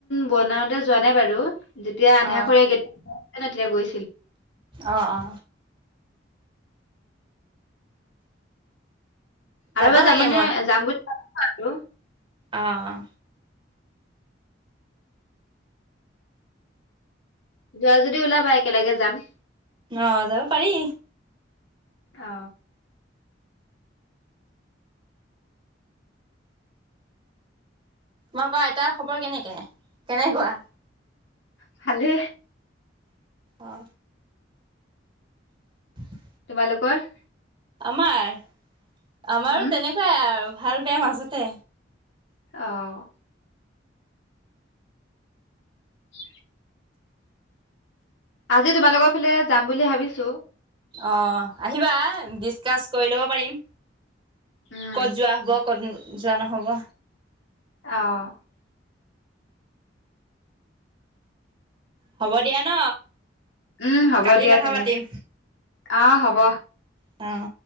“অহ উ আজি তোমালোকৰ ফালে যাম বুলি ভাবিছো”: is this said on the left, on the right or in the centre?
Left